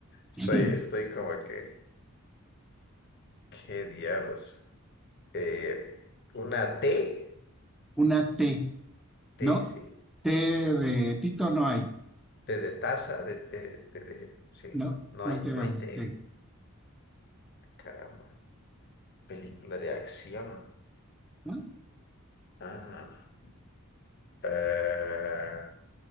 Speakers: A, on the left (about 50°); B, in the centre.
A: estoy,
B: <laughs>
A: estoy como que, ¿qué diablos? Eh, una T,
B: Una T,
A: T,
B: ¿no?
A: sí,
B: T de Tito no hay.
A: T de taza, de, de, de, de- sí,
B: No,
A: no
B: no
A: hay,
B: tenemos
A: no hay T,
B: T.
A: caramba, película de acción.
B: ¿no?
A: Ah, eh,